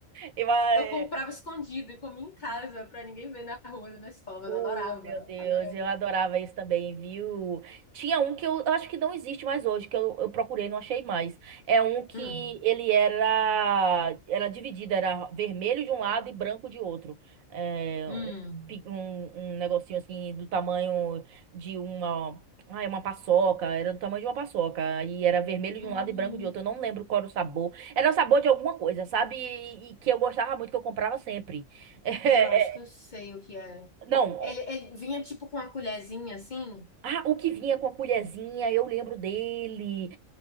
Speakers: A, on the right (about 80°); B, on the left (about 50°).
A: Eu, ah,
B: Eu
A: é,
B: comprava escondido e comia em casa pra ninguém ver na rua, na escola, mas
A: Oh,
B: eu adorava,
A: meu Deus,
B: adorava.
A: eu adorava isso também, viu? Tinha um que eu, eu acho que não existe mais hoje, que eu, eu procurei e não achei mais. É um que
B: Hum,
A: ele era, era dividido, era vermelho de um lado e branco de outro. É,
B: hum,
A: um, pi- um um negocinho assim do tamanho de uma, ah, é uma paçoca, era do tamanho de uma paçoca. E era vermelho
B: hum.
A: de um lado e branco de outro. Eu não lembro qual era o sabor. Era o sabor de alguma coisa, sabe? E, e que eu gostava muito, que eu comprava sempre. <laughs>
B: Eu acho que eu sei o que é.
A: É, não,
B: Ele, ele vinha tipo com uma colherzinha assim.
A: Ah, o que vinha com a colherzinha, eu lembro dele.